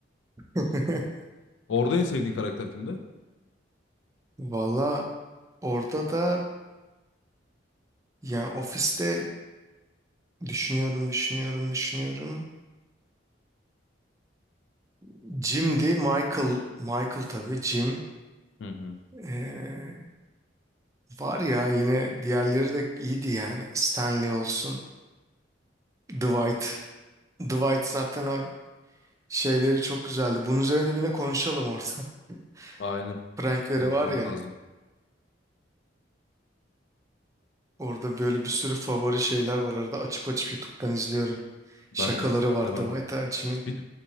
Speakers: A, on the right; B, on the left.
A: <laughs>
B: Orada en sevdiğin karakter kimdi?
A: Valla orada da yani ofiste düşünüyorum, düşünüyorum, düşünüyorum. Jim'di. Michael. Michael tabii. Jim.
B: Hı hı.
A: Ee, var ya yine diğerleri de iyiydi yani. Stanley olsun. Dwight. Dwight zaten o Şeyleri çok güzeldi. Bunun üzerine de yine konuşalım orada.
B: Aynen.
A: <laughs> Prankleri
B: Konuşmamız
A: var ya.
B: lazım.
A: Orada böyle bir sürü favori şeyler var arada. Açıp açıp YouTube'dan izliyorum. Şakaları
B: Ben
A: var
B: de
A: Dwight
B: ben de.
A: Hachi'nin.
B: Bir